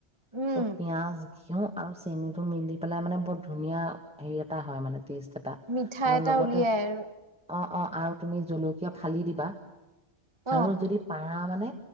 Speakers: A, on the right; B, in the centre.
A: উম
B: ত পিয়াঁজ ঘিউ আৰু চেনীটো মিলি পেলাই মানে বৰ ধুনীয়া হেৰি এটা হয় মানে। টেষ্ট এটা
A: মিঠা
B: আৰু
A: এটা
B: লগতে
A: উলিয়াই আৰু
B: অ অ আৰু তুমি জলকীয়া ফালি দিবা।
A: অ
B: আৰু যদি পাৰা মা মানে